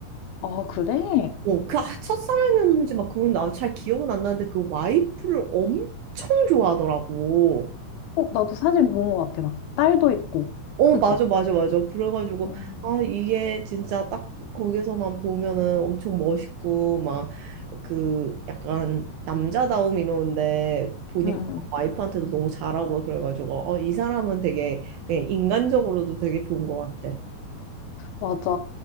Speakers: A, on the left; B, on the right.
A: 아, 그래?
B: 어, 그 아, 첫사랑이었는지 막 그건 나도 잘 기억은 안 나는데 그 와이프를 엄청 좋아하더라고.
A: 어, 나도 사진 본 것 같아. 막 딸도 있고.
B: 어,
A: 그치?
B: 맞아, 맞아, 맞아. 그래가지고,
A: 음,
B: 아, 이게 진짜 딱 거기서만 보면은 엄청 멋있고, 막, 그, 약간, 남자다움 이러는데, 보니까
A: 응. 응.
B: 와이프한테도 너무 잘하고, 그래가지고, 어, 이 사람은 되게, 그냥 인간적으로도 되게 좋은 것 같아.
A: 맞아.